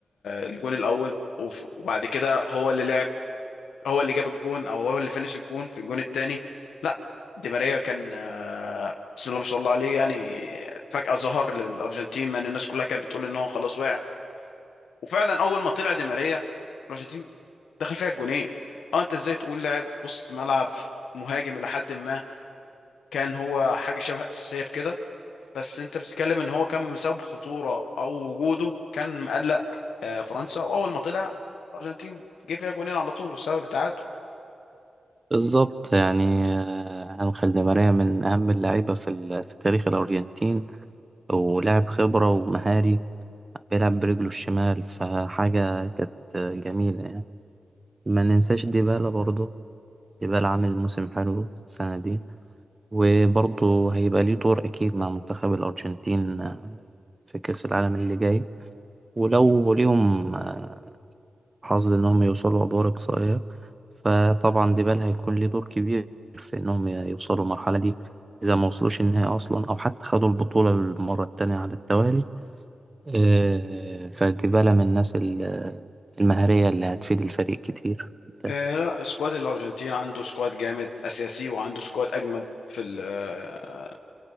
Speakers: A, on the left (about 85°); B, on the right (about 30°).
A: الجون الاول وف- وبعد كده هو اللي لعب هو اللي جاب الجون او هو اللي فنش الجون في الجون التاني لا دي ماريا كان آه، بسم الله ما شاء الله عليه يعني فجأة ظهر للأرجنتين مع إن الناس كلها كانت بتقول إن هو خلاص وقع وفعلا اول ما طلع دي ماريا الارجنتين دخل فيها الجونين اه انت ازاي تقول لاعب وسط ملعب مهاجم الى حد ما كان هو حاجه شبه اساسيه في كده بس انت بتتكلم ان هو كان مسبب خطوره او وجوده كان مقلق آه، فرنسا واول ما طلع الارجنتين جه فيها جونين على طول وسبب التعادل
B: بالظبط يعني آه، أنخيل دي ماريا من أهم اللعيبة في, ال- في تاريخ الأرجنتين ولاعب خبرة ومهاري بيلعب برجله الشمال فحاجة كانت جميلة يعني ما ننساش ديبالا برضه ديبالا عامل موسم حلو السنة دي وبرضه هيبقى ليه دور أكيد مع منتخب الأرجنتين آه، في كأس العالم اللي جاي ولو ليهم آه، حظ إنهم يوصلوا أدوار إقصائية فطبعا ديبال هيكون ليه دور كبير في إنهم يوصلوا المرحلة دي إذا ما وصلوش النهائي أصلا أو حتى خدوا البطولة المرة التانية على التوالي آه، فديبالا من الناس ال- المهارية اللي هتفيد الفريق كتير جدا.
A: آه لا سكواد الارجنتين عنده سكواد جامد اساسي وعنده سكواد اجمد في ال- آه،